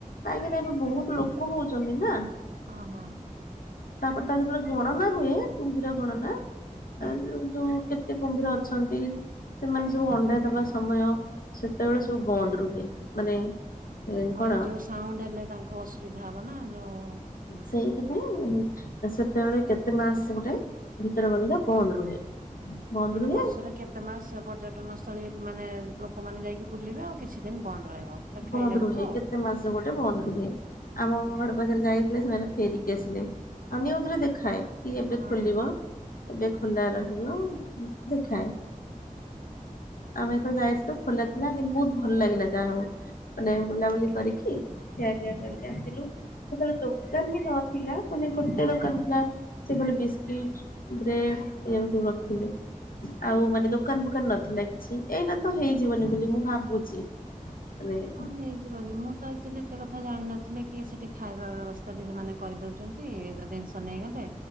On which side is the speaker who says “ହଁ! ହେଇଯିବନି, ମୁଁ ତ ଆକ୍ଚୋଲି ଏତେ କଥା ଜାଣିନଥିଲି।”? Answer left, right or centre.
Right